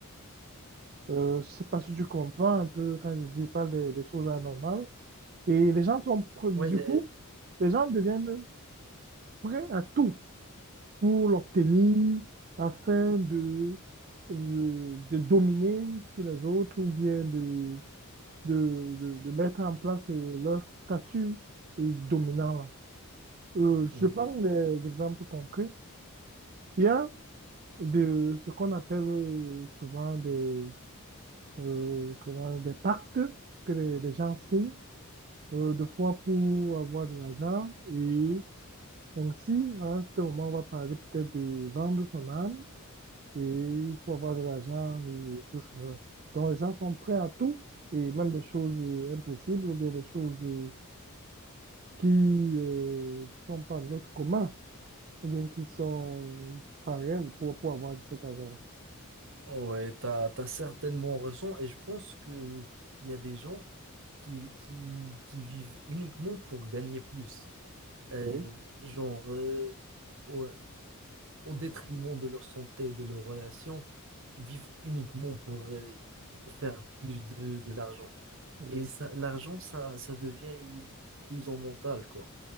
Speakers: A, on the right; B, on the right.
A: Euh, je sais pas si tu comprends un peu quand je dis, je parle des, des choses anormales. Et les gens sont, pr-
B: Ouais,
A: du
B: euh,
A: coup, les gens deviennent prêts à tout pour l'obtenir afin de, euh, de dominer sur les autres ou bien de, de, de, de mettre en place euh, leur statut euh, dominant là. Euh, je
B: Mm.
A: prends des exemples concrets. Il y a de ce qu'on appelle euh, souvent des, euh, comment, des pactes que les, les gens signent euh, deux fois pour avoir de l'argent. Et ainsi, à ce moment, on va parler peut-être de vendre son âme et pour avoir de l'argent et tout cela. Donc, les gens sont prêts à tout et même des choses euh, impossibles ou bien des choses euh, qui euh, sont pas de notre commun ou bien qui sont pareilles pour, pour avoir de cet argent.
B: Ouais, t'as, t'as certainement raison et je pense que il y a des gens qui, qui, qui vivent uniquement pour gagner plus. Euh,
A: Oui,
B: genre, euh, ouais, au détriment de leur santé, de leurs relations. Ils vivent uniquement pour euh, faire plus de, de l'argent.
A: oui,
B: Et ça, l'argent, ça, ça devient une prison mentale, quoi.